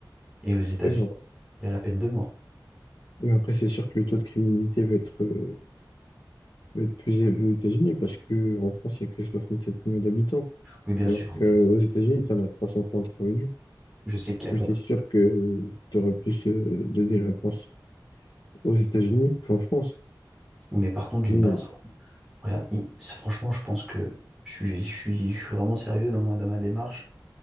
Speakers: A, in the centre; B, on the left.
A: Et aux États-Unis,
B: Et bien,
A: il y a la peine de mort.
B: mais après, c'est sûr que le taux de criminalité va être, euh, va être plus élevé aux États-Unis parce que en France, il n'y a que 67 millions d'habitants,
A: Oui, bien
B: alors
A: sûr,
B: qu'aux
A: mais
B: États-Unis, tu en as 333 millions.
A: je sais qu'il y a...
B: Du coup, c'est sûr que tu auras plus, euh, de délinquance aux États-Unis qu'en France.
A: Mais partons d'une
B: Mais
A: base. Regarde, im- c'est- franchement, je pense que je suis, je suis, je suis vraiment sérieux dans, moi, dans ma démarche.